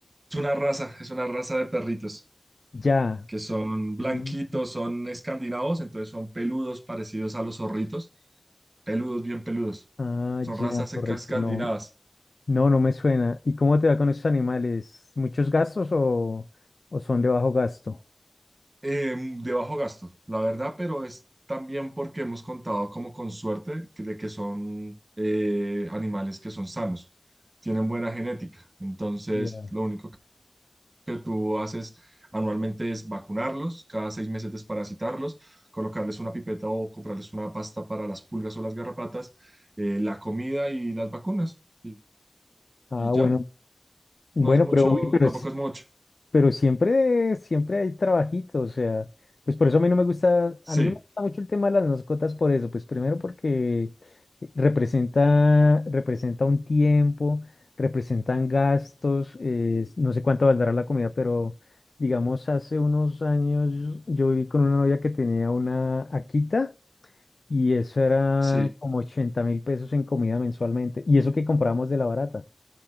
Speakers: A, on the right; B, on the left.
A: una raza, es una raza de perritos
B: Ya.
A: que son blanquitos,
B: Mm.
A: son escandinavos, entonces son peludos parecidos a los zorritos, peludos, bien peludos.
B: Ah,
A: Son razas
B: ya, correcto.
A: esca- escandinavas.
B: No, no, no me suena. ¿Y cómo te va con esos animales? ¿Muchos gastos o, o son de bajo gasto?
A: eh, de bajo gasto, la verdad, pero es también porque hemos contado como con suerte que- de que son eh, animales que son sanos, tienen buena genética. Entonces,
B: Ya.
A: lo único que tú haces anualmente es vacunarlos, cada seis meses desparasitarlos, colocarles una pipeta o comprarles una pasta para las pulgas o las garrapatas, eh, la comida y las vacunas. Y,
B: Ah,
A: y ya,
B: bueno, bueno,
A: no es mucho,
B: pero uy, pero
A: tampoco
B: es-
A: es mucho.
B: Pero siempre, siempre hay trabajito, o sea, pues por eso a mí no me gusta, a
A: Sí,
B: mí no me gusta mucho el tema de las mascotas por eso, pues primero porque representa, representa un tiempo, representan gastos, eh, no sé cuánto valdrá la comida, pero digamos hace unos años yo viví con una novia que tenía una Akita y eso era
A: sí.
B: como ochenta mil pesos en comida mensualmente, y eso que comprábamos de la barata